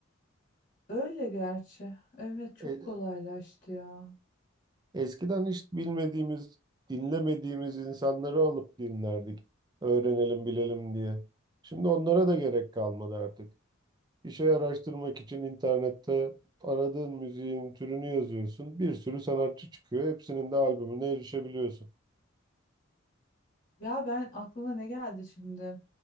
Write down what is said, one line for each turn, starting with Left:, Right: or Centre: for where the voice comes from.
Left: öyle gerçi evet çok
Right: E,
Left: kolaylaştı ya
Right: eskiden hiç bilmediğimiz, dinlemediğimiz insanları alıp dinlerdik. Öğrenelim, bilelim diye. Şimdi onlara da gerek kalmadı artık. Bir şey araştırmak için internette aradığın müziğin türünü yazıyorsun. Bir sürü sanatçı çıkıyor. Hepsinin de albümüne erişebiliyorsun.
Left: Ya ben aklıma ne geldi şimdi?